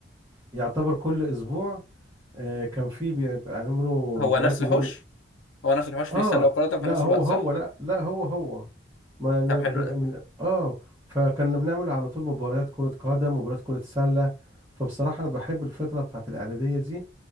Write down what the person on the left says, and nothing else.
هو
نفس الحوش
هو نفس الحوش فيه
سله وقدم في
نفس
الوقت
صح
طب حلو
ده